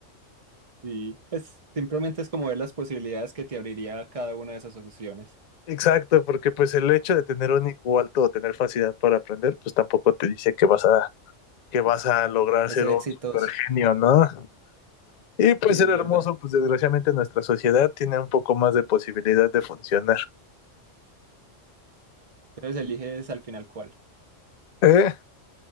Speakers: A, on the right; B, on the left.
A: Y pues simplemente es como ver las posibilidades que te abriría cada una de esas opciones.
B: Exacto, porque pues el hecho de tener un IQ alto o tener facilidad para aprender, pues tampoco te dice que vas a que vas a lograr
A: A
B: ser
A: ser
B: un
A: exitoso.
B: super genio, ¿no? Y pues
A: Sí,
B: ser
A: es
B: hermoso,
A: verdad.
B: pues desgraciadamente nuestra sociedad tiene un poco más de posibilidad de funcionar.
A: Entonces eliges al final cuál.
B: ¿Eh?